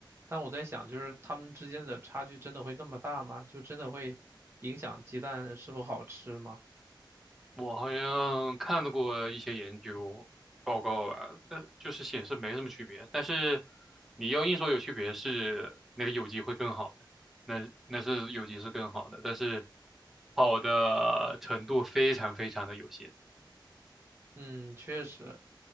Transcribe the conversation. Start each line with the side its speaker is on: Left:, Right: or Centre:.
Right: 但我在想，就是它们之间的差距真的会那么大吗？就真的会影响鸡蛋是否好吃吗？
Centre: 我好像看到过一些研究报告吧，但就是显示没什么区别。但是你要硬说有区别是那个有机会更好的，那那是有机是更好的，但是好的程度非常非常的有限。
Right: 嗯，确实，